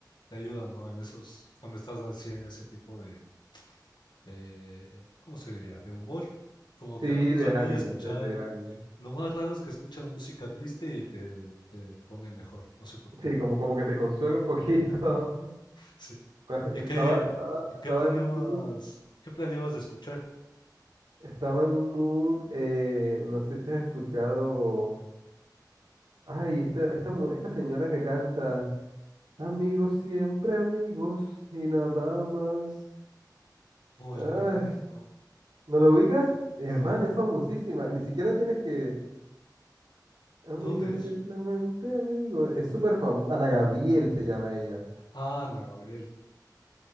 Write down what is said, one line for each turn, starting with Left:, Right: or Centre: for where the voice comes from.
Left: te ayuda, ¿no? En esos, cuando estás así en ese tipo de, de, ¿cómo se diría? De humor. Como que
Right: Sí,
Left: al menos
Right: de
Left: a mí
Right: ánimo,
Left: escuchar,
Right: de, de ánimo.
Left: lo más raro es que escuchas música triste y te, te pone mejor, no sé por qué.
Right: Sí, como, como que te consuela un poquito. <laughs>
Left: Sí.
Right: Pues, Estaba,
Left: ¿Y qué,
Right: estaba,
Left: y
Right: estaba
Left: qué planeabas,
Right: en mood,
Left: qué planeabas de escuchar?
Right: estaba en mood, eh, no sé si has escuchado. Ay, esta, esta, mu- esta señora que canta, amigos siempre amigos y nada más.
Left: Uy,
Right: Ay,
Left: la verdad, no,
Right: ¿no lo ubicas? Hermana,
Left: no.
Right: es famosísima. Ni siquiera tienes que... Amigos
Left: ¿De dónde es?
Right: simplemente amigos. Es súper famosa. Ana Gabriel se llama ella.
Left: Ah, Ana Gabriel.